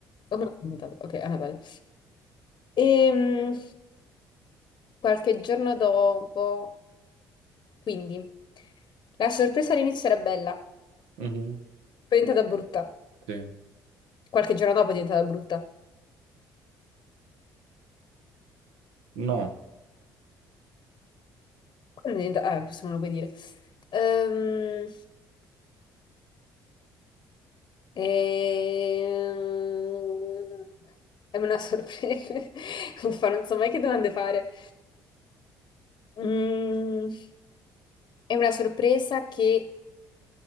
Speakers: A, on the left; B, on the right.
A: O me l'ho inventato. Ok, a Natale. E, mh, qualche giorno dopo, quindi, la sorpresa all'inizio era bella.
B: Mhm,
A: Poi è diventata brutta.
B: Sì.
A: Qualche giorno dopo è diventata brutta.
B: No,
A: Quando è diventata... Eh, questo non lo puoi dire. Ehm, ehm, È una sorpresa. <laughs> Uffa, non so mai che domande fare. Mm, È una sorpresa che